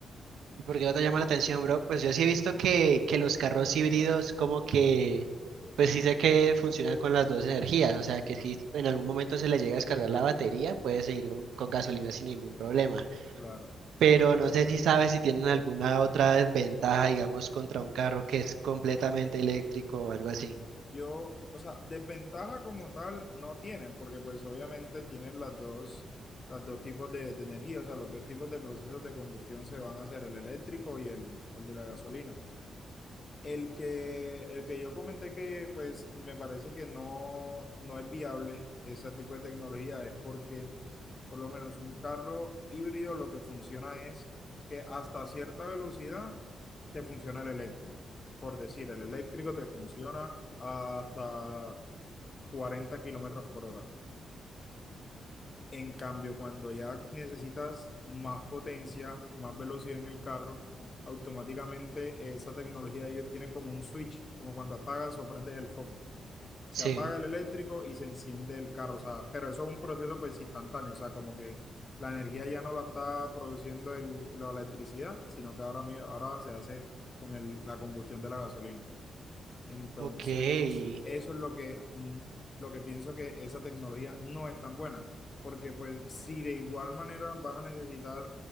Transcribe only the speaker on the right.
¿Y por qué no te llama la atención, bro? Pues yo sí he visto que, que los carros híbridos como que, pues sí sé que funcionan con las dos energías, o sea que si en algún momento se le llega a descargar la batería, puede seguir con, con gasolina sin ningún problema.
Pero no sé si sabes si tienen alguna otra desventaja, digamos, contra un carro que es completamente eléctrico o algo así.
Sí,
ok.